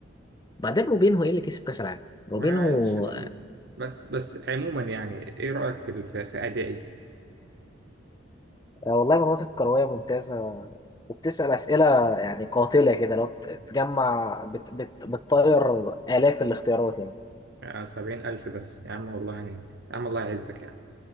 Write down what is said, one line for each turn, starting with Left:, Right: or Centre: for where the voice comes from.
Left: بعدين روبينهو ايه اللي كسب كاس العالم روبينهو
Right: معلش بقى بس بس عموما يعني ايه رايك في ال- في في ادائي
Left: آه، والله مناطق كرويه ممتازه وبتسأل أسئلة يعني قاتلة كده لو بت- بتجمع بت بت بتطير آلاف الاختيارات يعني.
Right: يعني سبعين الف بس يا عم والله يعني يا عم الله يعزك